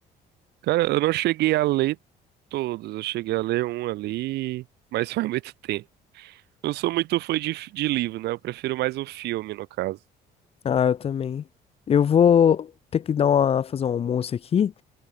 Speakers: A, on the right; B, on the left.
A: Cara, eu não cheguei a ler todos, eu cheguei a ler um ali, mas <laughs> faz muito tempo. Eu sou muito fã de, de livro, né? Eu prefiro mais o filme, no caso.
B: Ah, eu também. Eu vou ter que dar uma, fazer um almoço aqui